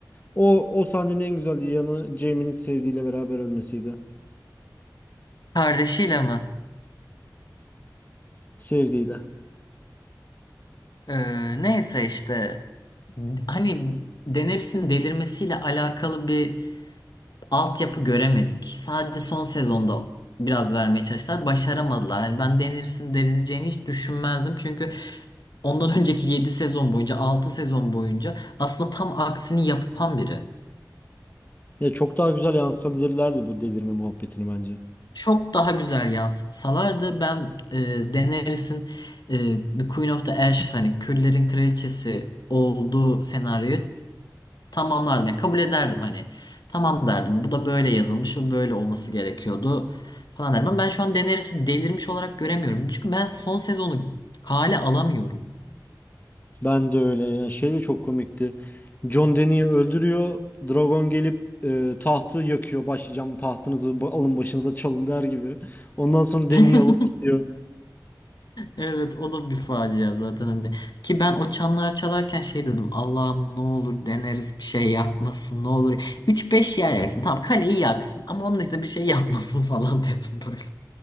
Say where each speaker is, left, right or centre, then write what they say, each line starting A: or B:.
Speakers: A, on the left; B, on the left.
A: O o sahnenin en güzel yanı Jaime'nin sevdiğiyle beraber ölmesiydi.
B: Kardeşiyle mi?
A: Sevdiğiyle.
B: Eee, neyse işte hani Daenerys'in delirmesiyle alakalı bir altyapı göremedik. Sadece son sezonda biraz vermeye çalıştılar. Başaramadılar. Hani ben denirsin denileceğini hiç düşünmezdim. Çünkü ondan <laughs> önceki 7 sezon boyunca 6 sezon boyunca aslında tam aksini yapan biri.
A: Ya çok daha güzel yansıtabilirlerdi bu delirme muhabbetini bence.
B: Çok daha güzel yansıtsalardı ben e, Daenerys'in e, The Queen of the Ashes hani Küllerin Kraliçesi olduğu senaryoyu tamamlardım. Yani kabul ederdim hani. Tamam derdim. Bu da böyle yazılmış ve böyle olması gerekiyordu falan derdim. Ama ben şu an Daenerys'i delirmiş olarak göremiyorum. Çünkü ben son sezonu kale alamıyorum.
A: Ben de öyle. Yani şey de çok komikti. Jon Deni'yi öldürüyor. Dragon gelip e, tahtı yakıyor. Başlayacağım tahtınızı ba- alın başınıza çalın der gibi. Ondan sonra
B: <laughs>
A: Deni'yi alıp gidiyor.
B: Evet o da bir facia zaten hani. Ki ben o çanlar çalarken şey dedim. Allah'ım ne olur deneriz bir şey yapmasın ne olur. üç beş yer yaksın. Tamam kaleyi yaksın ama onun işte bir şey yapmasın <laughs> falan dedim böyle.